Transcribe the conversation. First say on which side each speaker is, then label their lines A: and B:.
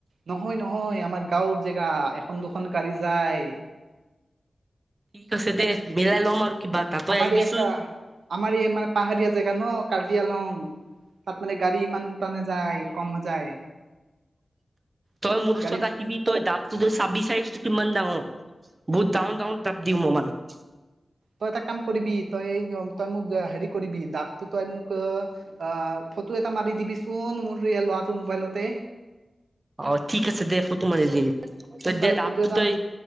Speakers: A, on the right; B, on the right.
A: নহয় নহয় আমাৰ গাঁৱৰ জেগা এখন দুখন গাড়ী যায়
B: ঠিক আছে দে মিলাই ল'ম আৰু কিবা এটা তই
A: আমাৰ
B: আহিবিচোন
A: একটা আমাৰ এই মানে পাহাৰীয়া জেগা ন কাৰ্বি আলং তাত মানে গাড়ী ইমান ইমান এটা নাযায় কম যায়
B: তই মোৰ ওচৰত
A: গাড়ী
B: আহিবি তই দাবটো চাবি চাইজ টো কিমান ডাঙৰ বহুত ডাঙৰ ডাঙৰ দাব দিও মই মানুহ
A: তই এটা কাম কৰিবি তই তই মোক হেৰি কৰিবি দাবটো তই মোক আ ফটো এটা মাৰি দিবিচোন মোৰ এয়া ল'ৰাটো মোবাইলতে
B: অ ঠিক আছে দে ফটো মাৰি দিম
A: সোনকালে
B: তই দে দাব
A: ফটো
B: টো
A: এটা
B: তই